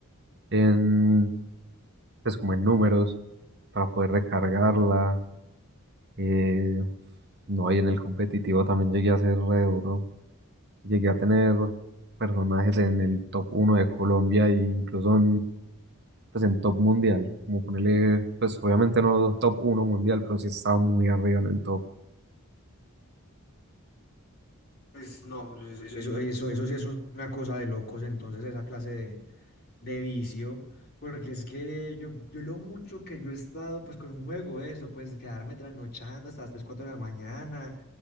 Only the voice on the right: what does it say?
en, pues como en números para poder recargarla. eh, no, y en el competitivo también llegué a ser re duro. Llegué a tener personajes en el top uno de Colombia e incluso pues en top mundial, como ponerle, pues obviamente no top uno mundial, pero sí estaba muy arriba en el top.